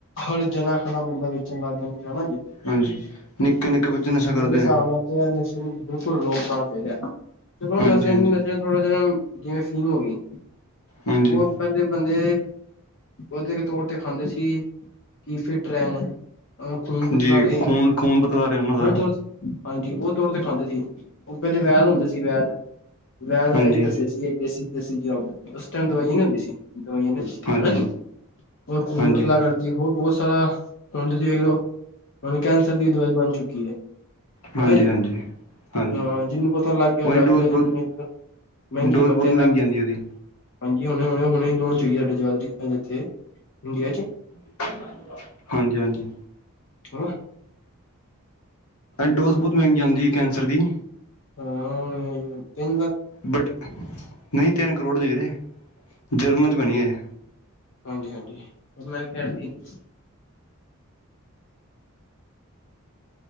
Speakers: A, on the left; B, on the left.
A: ਹਰ ਜਨਾ ਖਣਾ ਬੰਦਾ ਵੇਚਣ ਲੱਗ ਜਾਂਦਾ ਹਨਾ ਜੀ।
B: ਹਾਂਜੀ ਨਿੱਕੇ -ਨਿੱਕੇ ਬੱਚੇ ਨਸ਼ਾ ਕਰਦੇ
A: ਮੇਰੇ ਹਿਸਾਬ
B: ਨੇ।
A: ਨਾਲ ਨਸ਼ੇ ਨੂੰ ਬਿਲਕੁਲ ਰੋਕ ਲਾਉਣਾ ਚਾਹੀਦਾ ਹੈ ਚਲੋ
B: ਹਾਂਜੀ
A: ਨਸ਼ੇ
B: ਹਾਂਜੀ
A: ਨੂੰ ਨਸ਼ੇ ਥੋੜਾ ਜਿਹਾ ਜਿਵੇਂ ਫੀਮ ਹੋ ਗਈ
B: ਹਾਂਜੀ
A: ਉਹ ਪਹਿਲੇ ਬੰਦੇ ਉਹਦੇ ਤੋੜ ਤੇ ਖਾਂਦੇ ਸੀ ਕਿ ਫਿੱਟ ਰਹਿਣ ਅਹ ਖੂਨ ਪਤਲਾ
B: ਹਾਂਜੀ
A: ਰਹੇ।
B: ਖੂਨ ਖੂਨ ਪਤਲਾ ਰਹੇ ਉਹਨਾਂ ਦਾ
A: ਉਹਦੇ ਤੌਰ ਹਾਂਜੀ ਉਹ ਤੋੜ ਤੇ ਖਾਂਦੇ ਸੀ। ਉਹ ਪਹਿਲੇ ਵੈਦ ਹੁੰਦੇ ਸੀ ਵੈਦ। ਮੈਂ ਤਾਂ
B: ਹਾਂਜੀ
A: ਇਹੀ ਦੱਸਿਆ ਸੀ ਇਹ ਦੇਸੀ -ਦੇਸੀ ਉਸ ਟਾਈਮ ਦਵਾਈਆਂ ਨੀ ਹੁੰਦੀ ਸੀ ਦਵਾਈਆਂ ਨੀ ਹੁੰਦੀ ਸੀ।
B: ਹਾਂਜੀ
A: ਹਨਾ ਜੀ ਉਹ ਖੂਨ
B: ਹਾਂਜੀ
A: ਪਤਲਾ
B: ਹਾਂਜੀ
A: ਕਰਦ ਜੀ ਹੋਰ ਬਹੁਤ ਸਾਰਾ ਹੁਣ ਤੁਸੀਂ ਵੇਖ ਲਓ ਹੁਣ ਕੈਂਸਰ ਦੀ ਦਵਾਈ ਬਣ ਚੁੱਕੀ ਹੈ।
B: ਹਾਂਜੀ
A: ਹਨਾ ਜੀ
B: ਹਾਂਜੀ
A: ਹਾਂ ਜਿਹਨੂੰ ਪਤਾ ਲੱਗ ਗਿਆ
B: ਉਹੀ
A: ਲੱਗ
B: ਡੋਜ਼
A: ਗਿਆ
B: ਬਹੁਤ
A: ਜਿਹਨੂੰ ਨ ਪਤਾ ਮਹਿੰਗੀ
B: ਡੋਜ਼
A: ਪਰ
B: ਬਹੁਤ
A: ਤਿੰਨ
B: ਮਹਿੰਗੀ
A: ਲੱਖ
B: ਆਉਂਦੀ ਉਹਦੀ
A: ਹਾਂਜੀ ਹੁਣੇ ਹੁਣੇ -ਹੁਣੇ ਲੋਨ ਚਾਹੀਏ ਸਾਡੇ ਜ਼ਿਆ ਇੱਥੇ ਇੰਡੀਆ 'ਚ
B: <inaudible> <unintelligible> ਹਾਂਜੀ -ਹਾਂਜੀ
A: ਹ <inaudible> ਹਾਂ
B: ਡੋਜ਼ ਬਹੁਤ ਮਹਿੰਗੀ ਹੁੰਦੀ ਹੈ ਕੈਂਸਰ ਦੀ
A: ਹਾਂ ਤਿੰਨ ਲੱਖ
B: ਬਟ ਨਹੀਂ ਤਿੰਨ ਕਰੋੜ ਦੀ ਵੀਰੇ ਜਰਮਨ 'ਚ ਬਣੀ ਹੈਜੇ।
A: ਹਾਂਜੀ -ਹਾਂਜੀ ਮੈਂ ਕੀ ਕਹਿਣਾ ਸੀ।